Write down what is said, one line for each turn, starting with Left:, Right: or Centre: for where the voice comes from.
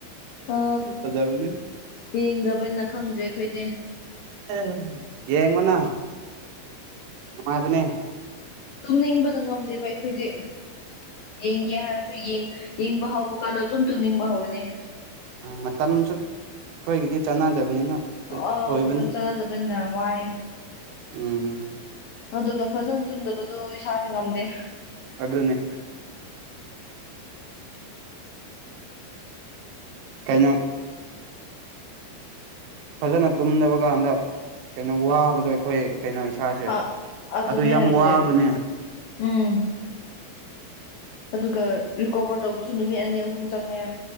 Left: ꯑ
Right: ꯐꯖꯕꯅꯤ
Left: ꯌꯦꯡꯗꯕꯅ ꯈꯪꯗ꯭ꯔꯦ ꯑꯩꯈꯣꯏꯗꯤ
Right: ꯑꯦ ꯌꯦꯡꯉꯣꯅ ꯅꯨꯡꯉꯥꯏꯕꯅꯦ
Left: ꯊꯨꯝꯅꯤꯡꯕꯗ ꯉꯝꯗꯦꯕ ꯑꯩꯈꯣꯏꯗꯤ ꯌꯦꯡꯒꯦ ꯍꯥꯏꯔꯁꯨ ꯌꯦꯡ ꯌꯦꯡꯕ ꯍꯧꯕ ꯀꯥꯟꯗ ꯑꯗꯨꯝ ꯇꯨꯝꯅꯤꯡꯕ ꯍꯧꯔꯅꯤ
Right: ꯃꯇꯝꯁꯨ ꯑꯩꯈꯣꯏꯒꯤꯗꯤ ꯆꯥꯟꯅꯗꯕꯅꯤꯅ
Left: ꯑ
Right: ꯑꯣꯏꯕꯅ
Left: ꯃꯇꯝ ꯆꯥꯅꯗꯕꯅꯤꯅ ꯋꯥꯏꯑꯦ
Right: ꯎꯝ
Left: ꯑꯗꯨꯒ ꯐꯖꯅ ꯇꯨꯝꯗꯕꯗꯣ ꯏꯁꯥꯁꯦ ꯉꯝꯗꯦ
Right: ꯑꯗꯨꯅꯦ ꯀꯩꯅꯣ ꯐꯖꯅ ꯇꯨꯝꯗꯕ ꯀꯥꯟꯗ ꯀꯩꯅꯣ ꯋꯥꯕꯗꯣ ꯑꯩꯈꯣꯏ ꯀꯩꯅꯣ ꯏꯁꯥꯁꯦ
Left: ꯑꯥ ꯑꯗꯨꯅꯦ
Right: ꯑꯗꯨ ꯌꯥꯝ
Left: ꯍꯥꯏꯁꯦ
Right: ꯋꯥꯕꯅꯦ
Left: ꯎꯝ ꯑꯗꯨꯒ ꯔꯤꯀꯣꯕꯔ ꯇꯧꯕꯁꯨ ꯅꯨꯃꯤꯠ ꯑꯅꯤ ꯑꯍꯨꯝ ꯆꯪꯉꯦ